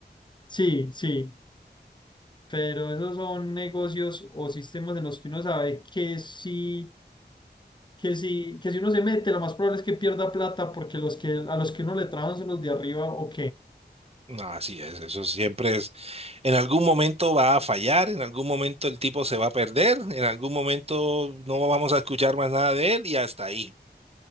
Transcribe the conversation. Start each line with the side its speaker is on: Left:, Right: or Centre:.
Left: sí, sí, pero esos son negocios o sistemas en los que uno sabe que sí, que sí, que si uno se mete, lo más probable es que pierda plata porque los que a los que uno le trabajan son los de arriba o
Right: No, así es, eso siempre es, en algún momento va a fallar, en algún momento el tipo se va a perder, en algún momento no vamos a escuchar más nada de él y hasta ahí.